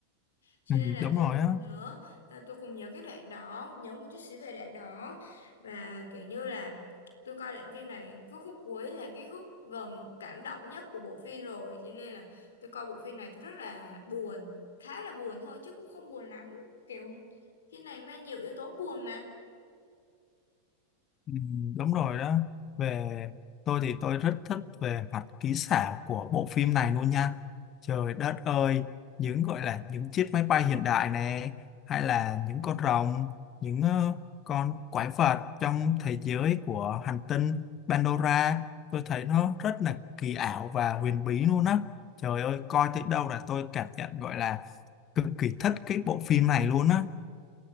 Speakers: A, on the left; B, on the left.
A: cho
B: Ừ,
A: nên là
B: đúng
A: tôi
B: rồi á
A: nhớ là tôi cũng nhớ cái đoạn đó nhớ một chút xíu về đoạn đó và kiểu như là tôi coi đoạn phim này cái khúc cuối là cái khúc gần cảm động nhất của bộ phim rồi cho nên là tôi coi bộ phim này tôi rất là buồn khá là buồn thôi chứ cũng không buồn lắm kiểu phim này mang nhiều yếu tố buồn mà
B: ừ, đúng rồi đó về tôi thì tôi rất thích về mặt kỹ xảo của bộ phim này luôn nha trời đất ơi những gọi là những chiếc máy bay hiện đại này hay là những con rồng những ờ, con quái vật trong thế giới của hành tinh Pandora tôi thấy nó rất là kỳ ảo và huyền bí luôn á trời ơi coi tới đâu là tôi cảm nhận gọi là cực kỳ thích cái bộ phim này luôn á